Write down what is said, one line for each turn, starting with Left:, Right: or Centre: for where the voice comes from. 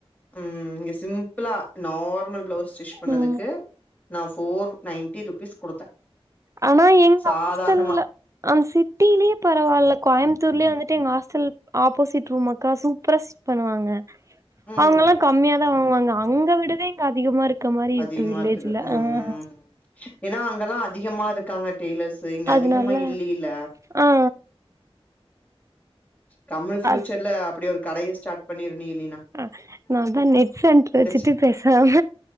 Left: உ இங்க சிம்பிளா நார்மல் பிளவுஸ் ஸ்டிச் பண்ணதுக்கு
Right: ம்
Left: நா ஃபோர் நைன்ட்டி ருபீஸ் குடுத்தே
Right: ஆனா எங்க
Left: சாதாரணமா
Right: ஹாஸ்டல்ல ஆ சிட்டியிலயே பரவாயில்ல கோயம்பத்தூர்லயே வந்துட் எங்க ஹாஸ்டல் ஆப்போசிட் ரூம் அக்கா சூப்பரா ஸ்டிச் பண்ணுவாங்க
Left: ம்
Right: அவங்க எல்லா கம்மியா தா வாங்குவாங்க அங்க விடவே இங்க அதிகமா இருக்கு இருக்க மாரி
Left: அதிகமா
Right: வில்லேஜ்ல
Left: இருக்குது ம்ம்
Right: ஆ
Left: ஏன்னா அங்கல்லாம் அதிகமா இருக்காங்க டெய்லர்ஸ்ு இங்க
Right: அதனால
Left: அதிகமா இல்லல்ல
Right: ஆ
Left: கம்னு பியூச்சர்ல
Right: அது
Left: அப்டி ஒரு கடை ஸ்டார்ட் பண்ணுரூ நீ இல்லினா
Right: ஆ நா வந்து நெட் சென்டர் வச்சுட்டு
Left: தெச்சு
Right: பேசாம